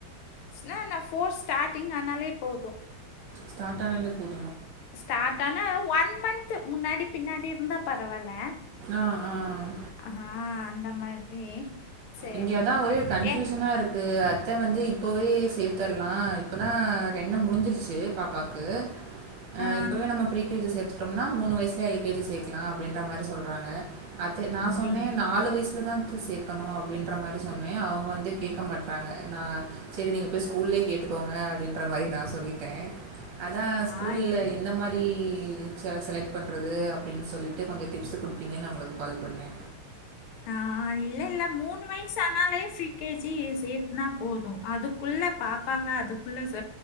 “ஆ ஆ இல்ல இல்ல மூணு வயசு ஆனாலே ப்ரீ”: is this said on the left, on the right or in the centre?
Left